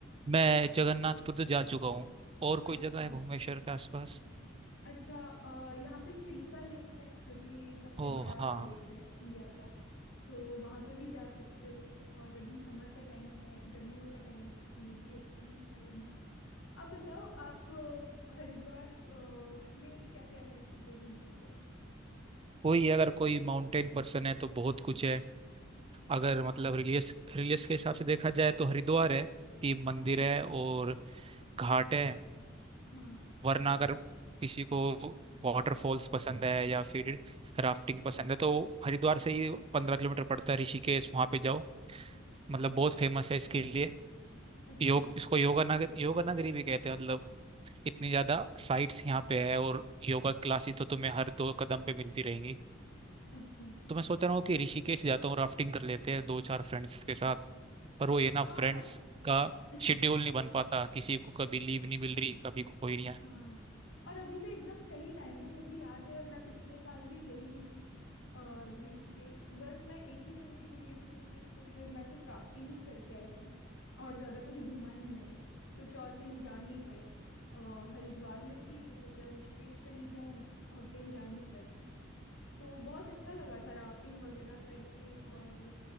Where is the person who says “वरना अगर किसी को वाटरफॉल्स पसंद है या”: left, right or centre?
Right